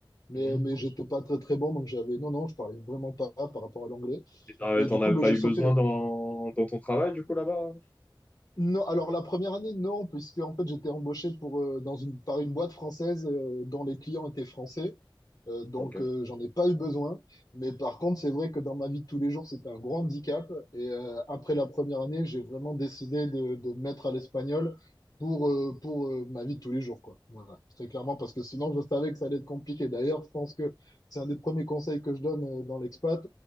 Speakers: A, on the left; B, on the left.
A: Mais,
B: Mhm.
A: mais j'étais pas très très bon, donc j'avais, non, non, je parlais vraiment pas par rapport à l'anglais.
B: Et t'en
A: Et
B: t'en
A: du coup,
B: as
A: ben,
B: pas
A: je
B: eu
A: sautais,
B: besoin dans, dans ton travail, du coup, là-bas?
A: Non, alors la première année, non, puisque en fait j'étais embauché pour, euh, dans une, par une boîte française euh, dont les clients étaient français, Euh, donc
B: Ok.
A: euh, j'en ai pas eu besoin. Mais par contre, c'est vrai que dans ma vie de tous les jours, c'était un grand handicap. Et euh, après la première année, j'ai vraiment décidé de, de me mettre à l'espagnol pour, euh, pour euh, ma vie de tous les jours, quoi. Voilà, très clairement, parce que sinon je savais que ça allait être compliqué. D'ailleurs, je pense que c'est un des premiers conseils que je donne euh, dans l'expat.